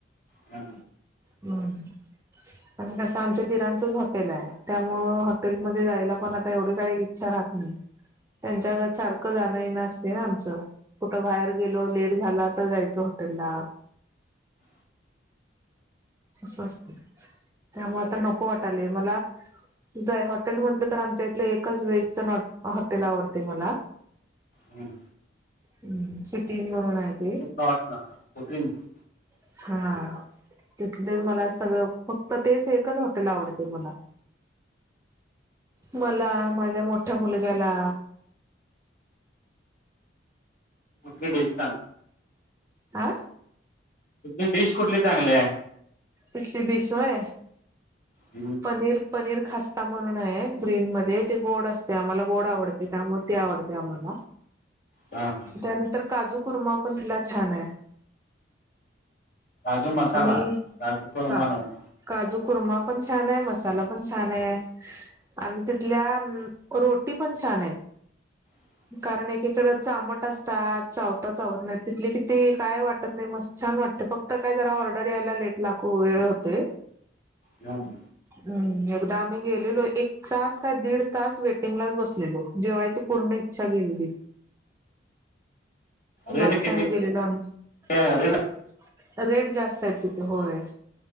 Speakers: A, on the left (about 50°); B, on the right (about 15°).
A: हा
B: हम्म.. आणि कसं आमच्या दिरांचच हॉटेल आहे त्यामुळे हॉटेलमध्ये जायला पण आता एवढी काही इच्छा राहत ह त्यांच्या सारखं जा <unintelligible> ना आमच कुठ बाहेर गेलो लेट झाला तर जायचं हॉटेलला
A: <inaudible>
B: अस असतय त्यामुळे आता नको वाटलेय मला जर हॉटेल म्हंटलं तर आमच्या इथलं एकच व्हेजच हॉटेल आवडतय मला.
A: हम्म.
B: ह सुटीन म्हणून आहे. ते
A: कितला वाटला <unintelligible>
B: <unintelligible> तिथले मला सगळं फक्त तेच एकच हॉटेल आवडते मला <inaudible> मला माझ्या मोठ्या मुलग्याला
A: ु डेश <inaudible>
B: आं
A: तिथली डिश कुठली चांगली आहे?
B: टेस्टी डिश होय
A: हमं
B: पनीर, पनीर खासता म्हणून आहे. ग्रीन मध्ये ते गोड असते आम्हाला गोड आवड ते त्यामुळे ते आवडते आम्हाला.
A: हा हा
B: त्यानंतर काजू कुर्मा पण तिथला छान आहे‌.
A: काजू मसाला,
B: आणि
A: काजू कुर्मा
B: का
A: नको.
B: काजू कुर्मा पण छान आहे, मसाला पण छान आहे. आणि तिथल्या रोटी पण छान आहे.
A: <inaudible>
B: कारण एकीकडे चामट असतात. चावता चावत नाही, तिथले किती काय वाटत नाही मस्त छान वाटते फक्त तर काय जरा ऑर्डर यायला लेट लागू वेळ होतोय
A: हम्म.
B: हम्म एकदा आम्ही गेलेलो एक तास काय दीड तास वेटिंगलाच बसलेलो जेवायची पूर्ण इच्छा गेलेली.
A: रेट
B: लास्ट
A: किती
B: टाईम गेलेला आम्ही
A: आहे रेट
B: रेट जास्त आहे तिथे होय.